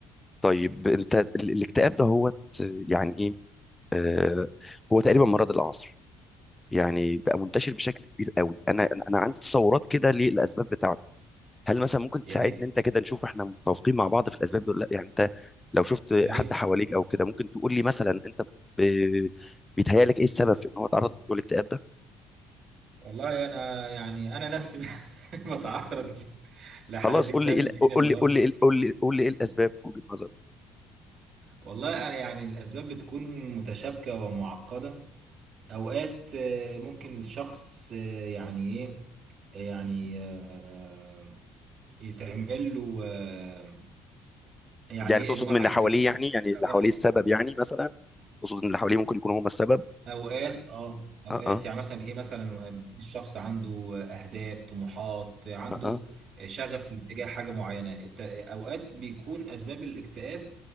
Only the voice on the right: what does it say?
يا ريت
يا ريت
والله انا يعني انا نفسي <laughs> بتعرض لحالات
اكتئاب
من
حين
لاخر
والله انا يعني الاسباب بتكون متشابكه ومعقده اوقات آه، ممكن الشخص آه، يعني ايه يعني آه، يتعمل له آه، يعني
ايه
الواحد
بيكون
مثلا
اوقات اه اوقات
يعني مثلا ايه مثلا آه، بيكون الشخص عنده آه، اهداف طموحات عنده
آه، شغف لاتجاه حاجه معينه الت- اوقات بيكون اسباب الاكتئاب